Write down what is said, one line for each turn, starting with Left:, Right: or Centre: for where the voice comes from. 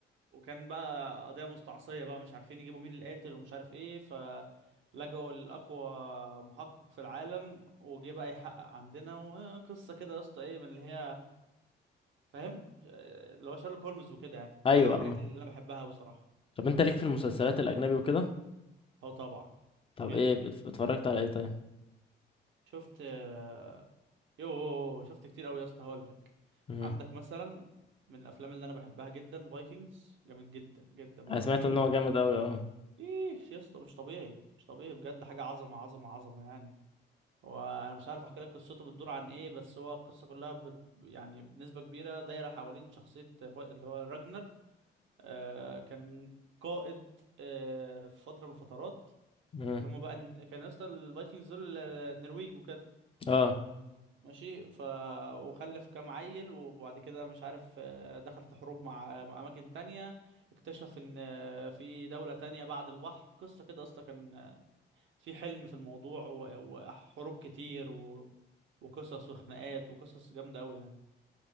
Right: وكان بقى قضيه مستعصيه بقى مش عارفين يجيبوا مين القاتل ومش عارف ايه فلجأوا لأقوى محقق في العالم وجه بقى يحقق عندنا وقصه كده يا اسطى ايه من اللي هي فاهم آه، اللي هو شارلوك هولمز وكده يعني حاجه
Left: ايوه
Right: من الحاجات
Left: اه
Right: اللي انا بحبها بصراحه
Left: طب انت ليك في المسلسلات الاجنبي وكده
Right: اه طبعا
Left: طب
Right: جدا
Left: ايه بت- اتفرجت على ايه طيب
Right: شفت آه، يوه شفت كتير قوي يا اسطى هقول لك
Left: مم.
Right: عندك مثلا من الافلام اللي انا بحبها جدا فايكنجز جامد جدا جدا بموت
Left: انا سمعت
Right: فيه
Left: ان هو جامد قوي اه
Right: ايه يا اسطى مش طبيعي مش طبيعي بجد حاجه عظمه عظمه عظمه يعني هو انا مش عارف احكي لك قصته بتدور عن ايه بس هو القصه كلها بت... يعني بنسبه كبيره دايره حوالين شخصيه فا- اللي هو راجنر آه كان قائد آه في فتره من الفترات
Left: مم.
Right: لما بقى كان يا اسطى الفايكنجز دول النرويج وكده
Left: اه
Right: ماشي ف وخلف كام عيل وبعد كده مش عارف آه، دخل في حروب مع مع اماكن تانية اكتشف ان آه، في دولة تانية بعد البحر قصة كده اصلا كان آه، في حلم في الموضوع و- وحروب كتير و... وقصص وخناقات وقصص جامدة قوي يعني